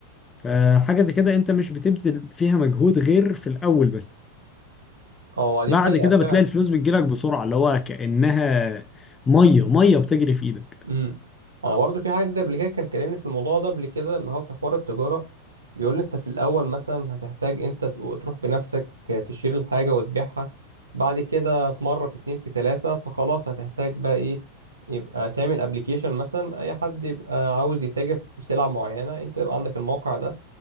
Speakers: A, on the left; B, on the right.
A: فحاجة زي كده انت مش بتبذل فيها مجهود غير في الأول بس
B: هو دي
A: بعد
B: حقيقة
A: كده بتلاقي
B: فعلا
A: الفلوس بتجيلك بسرعة اللي هو كأنها مية مية بتجري في ايدك
B: أمم أنا برضو في حد قبل كده كان كلمني في الموضوع ده قبل كده اللي هو في حوار التجارة بيقول لي أنت في الأول مثلا هتحتاج أنت تق- تروح بنفسك تشتري الحاجة وتبيعها بعد كده في مرة في اتنين في تلاتة فخلاص هتحتاج بقى إيه يبقى تعمل أبليكيشن مثلا أي حد يبقى عاوز يتاجر في سلع معينة أنت يبقى عندك الموقع ده